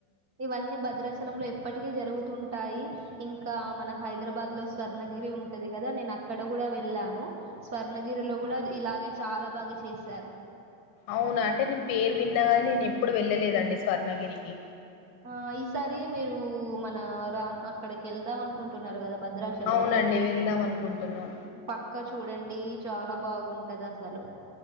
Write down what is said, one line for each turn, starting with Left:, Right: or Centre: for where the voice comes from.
Right: ఇవన్నీ భద్రచల్ లంలో ఎప్పటికీ జరుగుతుంటాయి. ఇంకా మన హైదరాబాద్ లో స్వర్ణగిరి ఉంటది కదా. నేనక్ ఇక్కడ గూడా వెళ్ళాను. స్వర్ణగిరిలో కూడా ఇలాగే చాలా బాగా చేశారు.
Left: అవునా అంటే నేను పేరు విన్నాగాని నేను ఎప్పుడు వెళ్ళలేదండి. స్వర్ణగిరికి
Right: ఆ ఈసారి మీరు మన రామ్ అక్కడికి వెళ్దాం. అనుకుంటున్నారు కదా భద్ ద్రాచలం
Left: అవునండి వెళ్దాం అనుకుంటున్నాం
Right: పక్కచూ చూడండి చాలా బాగుంటది. అసలు